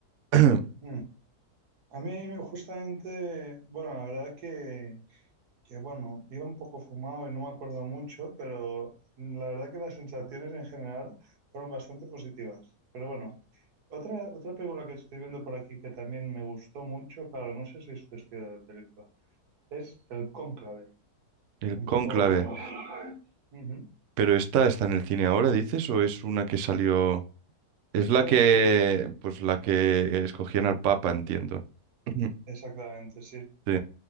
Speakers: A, on the right; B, on the right.
A: <clears throat>
B: Mm. A mí justamente, bueno, la verdad que que bueno, iba un poco fumado y no me acuerdo mucho, pero la verdad que las sensaciones en general fueron bastante positivas. Pero bueno, otra, otra película que estoy viendo por aquí que también me gustó mucho, claro, no sé si es cuestión de película, es El Cónclave,
A: El
B: un
A: Cónclave.
B: poco... Ujú.
A: Pero esta está en el cine ahora, dices, o es una que salió. Es
B: Esta
A: la que,
B: es de dos...
A: pues la que escogían al Papa, entiendo. <clears throat>
B: Exactamente, sí.
A: Sí.